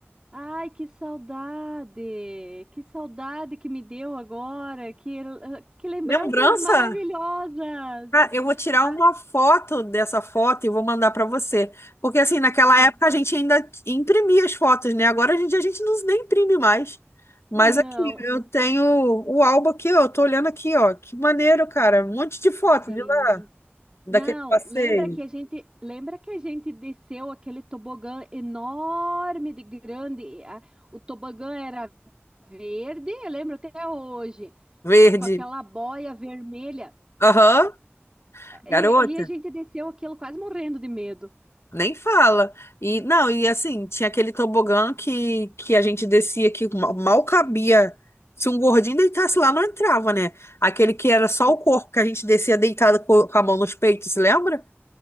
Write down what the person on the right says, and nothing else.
Ai, que saudade! Que saudade que me deu agora! Que, ah, que lembranças
maravilhosas!
Ah,
mano,
não,
gente.
Não,
lembra que a gente, lembra que a gente desceu aquele tobogã enorme de grande? A- o tobogã era verde, eu lembro até hoje,
com aquela boia vermelha.
E,
e a gente desceu aquilo quase morrendo de medo.